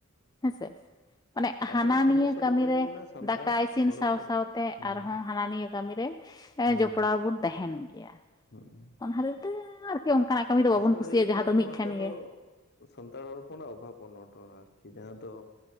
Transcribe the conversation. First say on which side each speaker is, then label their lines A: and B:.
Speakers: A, on the left; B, on the left.
A: ᱦᱮᱸᱥᱮ᱾ ᱢᱟᱱᱮ ᱦᱟᱱᱟ
B: ᱟᱥᱚᱞ ᱥᱚᱢᱚᱥᱥᱟ
A: ᱱᱤᱭᱟᱹ ᱠᱟᱹᱢᱤᱨᱮ
B: ᱫᱚ ᱦᱩᱭ
A: ᱨᱮ
B: ᱠᱟᱱᱟ ᱥᱟᱱᱛᱟᱲ
A: ᱫᱟᱠᱟ ᱤᱥᱤᱱ
B: ᱦᱚᱲ
A: ᱥᱟᱶ
B: ᱦᱚᱯᱚᱱ
A: ᱥᱟᱶᱛᱮ
B: ᱦᱩᱸ
A: ᱟᱨᱦᱚᱸ ᱦᱟᱱᱟ ᱱᱤᱭᱟᱹ ᱠᱟᱹᱢᱤ ᱨᱮ
B: ᱦᱩᱸ
A: ᱡᱚᱯᱲᱟᱣ ᱵᱚᱱ ᱛᱟᱦᱮᱱ ᱜᱮᱭᱟ᱾
B: ᱦᱩᱸ ᱾
A: ᱚᱱᱟ ᱦᱚᱛᱮᱡ ᱛᱮ ᱟᱨᱠᱤ ᱚᱱᱠᱟᱱᱟᱜ ᱠᱟᱹᱢᱤ ᱫᱚ ᱵᱟᱵᱚᱱ
B: ᱟᱥᱚᱞ
A: ᱠᱩᱥᱤᱭᱟᱜᱼᱟ
B: ᱦᱩᱭᱩᱜ ᱠᱟᱱᱟ
A: ᱡᱟᱦᱟᱸ ᱫᱚ
B: ᱱᱚᱣᱟ
A: ᱢᱤᱫᱴᱷᱮᱱ
B: ᱠᱚᱫᱚ
A: ᱜᱮ
B: ᱥᱟᱱᱛᱟᱲ ᱦᱚᱲ ᱦᱚᱯᱚᱱᱟᱜ ᱚᱵᱷᱟᱵ ᱚᱱᱚᱴᱚ ᱟᱨᱠᱤ ᱡᱟᱦᱟᱸ ᱫᱚ